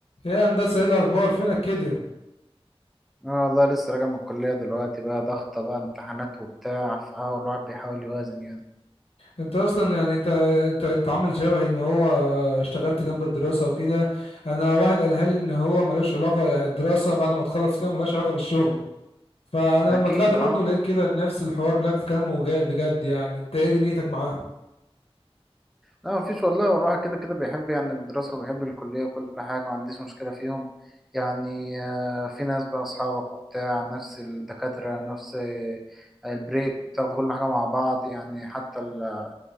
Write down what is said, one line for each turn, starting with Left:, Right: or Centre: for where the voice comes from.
Left: ايه يا هندسه ايه الاخبار فينك كده
Centre: اه والله لسه راجع من الكلية دلوقتي بقى ضغطة بقى امتحانات وبتاع فاه الواحد بيحاول يوازن يعني
Left: انت اصلا يعني انت انت انت عامل شبهي ان هو اشتغلت جنب الدراسه وكده انا واحد قالها لي ان هو ملوش علاقه يعني الدراسه بعد ما تخلص كده ملوش علاقه بالشغل فانا لما
Centre: أكيد
Left: طلعت برضو
Centre: اه
Left: لقيت كده نفس الحوار نفس الكلام وجا- بجد يعني انت ايه دنيتك معاهم
Centre: لا مفيش والله هو الواحد كده كده بيحب يعني الدراسة وبيحب الكلية وكل حاجة ما عنديش مشكلة فيهم يعني آه، في ناس بقى أصحابك وبتاع نفس الدكاترة نفس آه، البريك بتاخدوا كل حاجة مع بعض يعني حتى ال- آه،